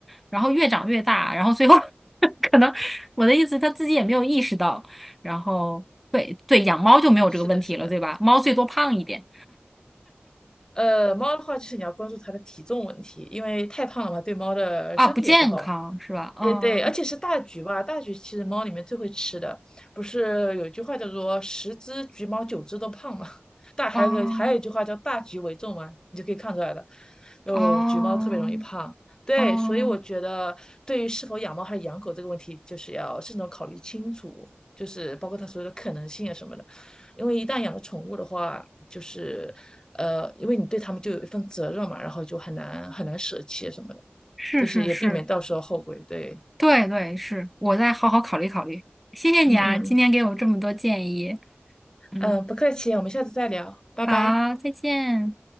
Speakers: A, in the centre; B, on the left.
A: 然后越长越大，然后最后 <laughs> 可能我的意思，它自己也没有意识到，然后对对，养猫就没有这个问题了，
B: 是的，是的。
A: 对吧？猫最多胖一点
B: 呃，猫的话，就是你要关注它的体重问题，因为太胖了嘛，对猫的身体也不好。
A: 啊，不健康是吧？嗯
B: 对对，而且是大橘吧，大橘其实猫里面最会吃的，不是有一句话叫做“十只橘猫，九只都胖”嘛，<laughs> 大还有个还有一句话叫“大橘为重”嘛，
A: 嗯
B: 你就可以看出来了，就橘猫特别容易胖。
A: 嗯
B: 对，
A: 嗯，
B: 所以我觉得对于是否养猫还是养狗这个问题，就是要慎重考虑清楚，就是包括它所有的可能性啊什么的。因为一旦养了宠物的话，就是呃，因为你对它们就有一份责任嘛，然后就很难很难舍弃啊什么的，
A: 是是是。
B: 就是也避免到时候后悔。对。
A: 对对，是，我再好好考虑考虑。谢谢你啊，
B: 嗯嗯
A: 今天给我这么多建议。嗯，
B: 嗯，呃不客气，我们下次再聊，拜拜。
A: 好，再见。